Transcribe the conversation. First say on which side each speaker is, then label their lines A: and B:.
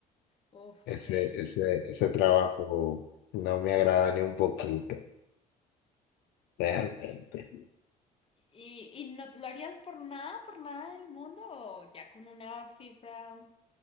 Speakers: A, on the left; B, on the left.
A: Uf,
B: Ese,
A: ok,
B: ese, ese
A: total.
B: trabajo no me agrada ni un poquito, realmente.
A: ¿Y, y no lo harías por nada, por nada del mundo o ya con una cifra